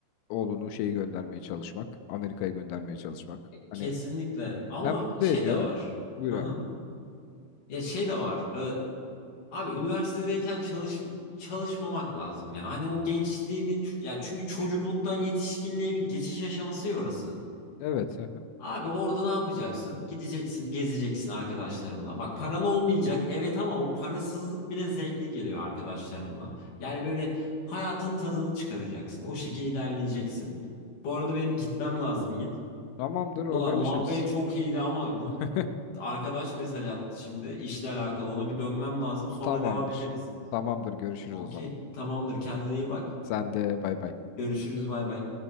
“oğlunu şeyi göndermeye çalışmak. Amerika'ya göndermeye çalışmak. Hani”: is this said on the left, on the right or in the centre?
Left